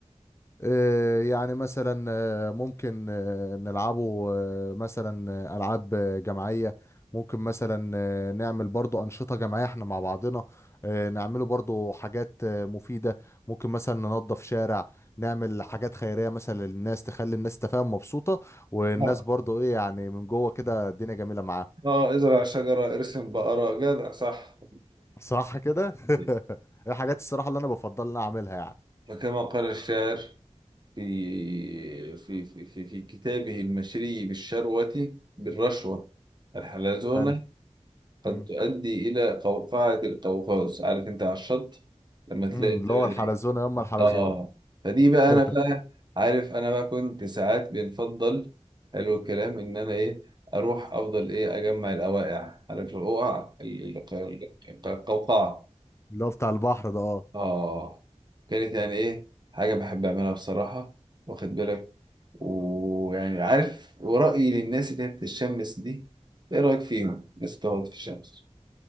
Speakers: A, on the left; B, on the right.
A: آه، يعني مثلا آه، ممكن آه، نلعبه آه، مثلا آه، ألعاب آه، جماعية ممكن مثلا آه، نعمل برضو أنشطة جماعية احنا مع بعضنا آه، نعمله برضو حاجات آه، مفيدة ممكن مثلا ننظف شارع نعمل حاجات خيرية مثلا للناس تخلي الناس تفهم مبسوطة والناس
B: اه
A: برضو ايه يعني من جوه كده الدنيا جميلة معاهم
B: آه، ازرع شجرة ارسم بقرة جدع صح
A: صح كده
B: <laughs>
A: <laughs> الحاجات الصراحة اللي انا بفضل ان أنا اعملها يعني
B: وكما قال الشاعر في في في في, في كتابه المشري بالشروة بالرشوة الحلزونة
A: فال-
B: قد
A: مم.
B: تؤدي إلى قوقعة القوقاز عارف أنت على الشط لما تلاقي
A: مم،
B: أنت
A: اللي
B: بقى
A: هو الحلزونة
B: إيه
A: يما الحلزونة
B: آه فدي بقى
A: <laughs>
B: أنا بقى عارف أنا بقى كنت ساعات بنفضل حلو الكلام إن أنا إيه أروح أفضل إيه أجمع الأوائع عارف الأوقع ال- ال- القوقعة
A: اللي هو بتاع البحر ده اه
B: اه كانت يعني ايه حاجة بحب اعملها بصراحة واخد بالك ويعني عارف ورأيي للناس اللي هي بتتشمس دي ايه رأيك فيهم الناس بتقعد في الشمس